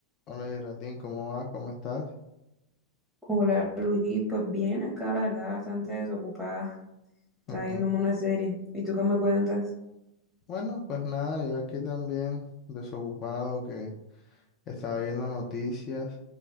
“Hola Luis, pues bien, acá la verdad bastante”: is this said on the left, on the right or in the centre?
Centre